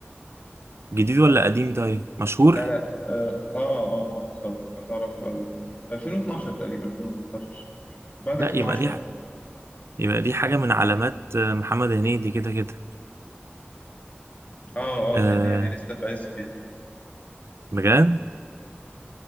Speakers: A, on the right; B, on the left.
A: جديد ولا قديم طيب مشهور
B: لا لا اه اه آه، معروف طبعا هتعرفه قوي 2012 تقريبا 2013 بعد
A: لا
B: 2010
A: يبقى دي
B: يعني.
A: ح- يبقى دي حاجة من علامات آه، محمد هنيدي كده كده
B: اه
A: أه
B: اه كان يعني لسه في عزه فيها
A: بجد